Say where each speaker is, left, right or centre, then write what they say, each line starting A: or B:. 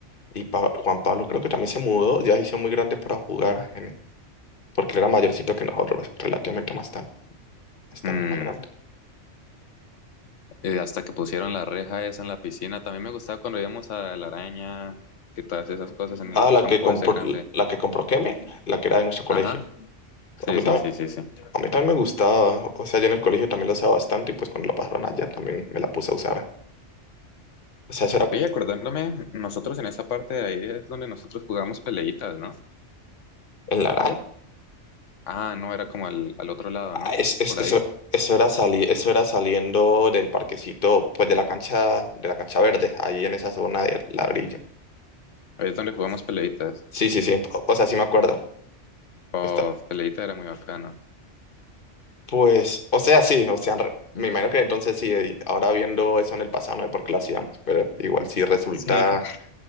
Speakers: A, on the left; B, on the left.
A: y Pa- Juan Pablo creo que también se mudó, ya se hizo muy grande para jugar, en- e, porque él era mayorcito que nosotros, relativamente más tan, bastante
B: Mm,
A: más grande.
B: eh, hasta que pusieron la reja esa en la piscina. También me gustaba cuando íbamos a la araña y todas esas cosas en
A: Ah,
B: el
A: la
B: campo
A: que compró,
B: ese grande.
A: la que compró Kemel, la que era de nuestro colegio.
B: Ajá. Sí,
A: A mí,
B: sí,
A: ta-
B: sí, sí, sí.
A: a mí también me gustaba, o sea, yo en el colegio también la usaba bastante y pues cuando la pasaron allá también me la puse a usar. O sea, eso era
B: Y acordándome, nosotros en esa parte de ahí es donde nosotros jugamos peleitas, ¿no?
A: en la
B: Ah, no, era como al, al otro lado,
A: Ah,
B: ¿no?
A: es- es-
B: Por
A: eso,
B: ahí.
A: eso era sali- eso era saliendo del parquecito, pues de la cancha, de la cancha verde, ahí en esa zona de ladrillo.
B: Ahí es donde jugamos peleitas.
A: Sí, sí, sí. O, o sea, sí me acuerdo.
B: Oh,
A: Está,
B: peleita era muy bacano.
A: pues, o sea, sí, o sea, re- me imagino que entonces sí, eh, ahora viendo eso en el pasado, no sé por qué lo hacíamos, pero igual sí resulta,
B: Sí, <laughs>